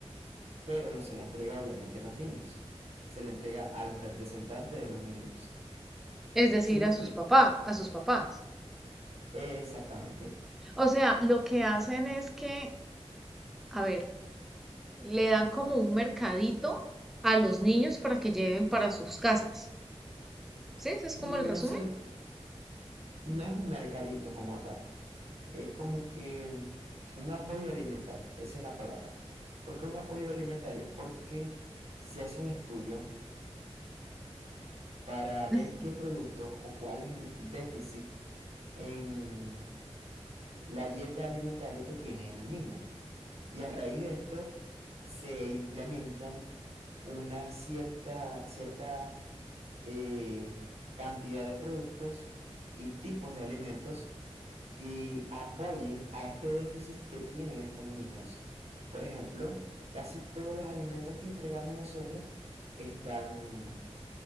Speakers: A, on the right (about 70°); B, in the centre.
A: pero no se la entrega obviamente a los niños, se la entrega a los representantes de los niños.
B: Es decir,
A: ¿Sí me
B: a
A: explico?
B: sus papás, a sus papás.
A: Eh, exactamente.
B: O sea, lo que hacen es que, a ver, le dan como un mercadito a los niños para que lleven para sus casas. ¿Sí? Ese es como
A: No
B: el resumen.
A: se le, No es un mercadito como tal. Es como que un apoyo alimentario. Esa es la palabra. ¿Por qué un apoyo alimentario? Porque se hace un estudio para ver
B: Ujú.
A: qué productos o cuál es el déficit en la dieta alimentaria que tiene el niño. Y a raíz de esto se implementan una cierta, cierta eh, cantidad de productos y tipos de alimentos que apoyen a este déficit que tienen estos niños. Por ejemplo, casi todos los alimentos que entregamos nosotros están,